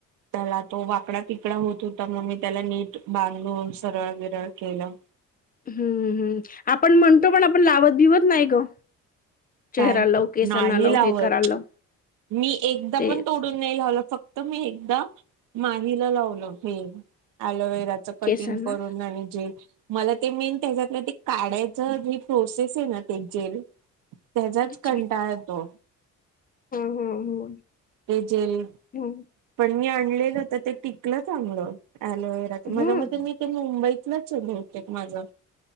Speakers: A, on the right; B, on the left.
A: त्याला तो वाकडा तिकडा होत होता मग मी त्याला नीट बांधून सरळ विरळ केलं
B: हम्म हम्म आपण म्हणतो पण आपण लावत भिवत नाही ग चेहरा
A: काय
B: लाव केसांना
A: नाही
B: लाव
A: लावत
B: हे करायला लाव
A: मी एकदा
B: तेच
A: पण तोडून नाही लावलं फक्त तर मी एकदा माहीला लावलो हे अलोवे <unintelligible> त्याच कटिंग
B: केसांना
A: करून आणि जेल मला ते मीन त्याच्यातल ते काढायच प्रोसेस आहे ना ते जेल त्याचाच
B: गिच
A: कटाळ येतो
B: हम् हम्
A: ते जेल
B: हम्
A: पण मी आणलेलं तर ते टिकलं चांगलं हयालोवेरा तर मझ्या
B: हं,
A: मते मी ते मुंबई मुंबईतलंच आहे बते माझं